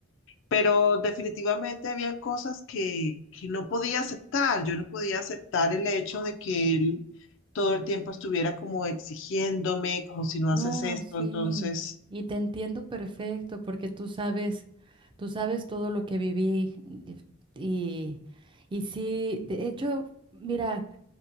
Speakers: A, on the left; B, on the right.
A: pero definitivamente habían cosas que, que no podía aceptar. Yo no podía aceptar el hecho de que él todo el tiempo estuviera como exigiéndome, como si no
B: No,
A: haces esto,
B: sí,
A: entonces
B: y te entiendo perfecto porque tú sabes, tú sabes todo lo que viví y, y y sí, de hecho, mira,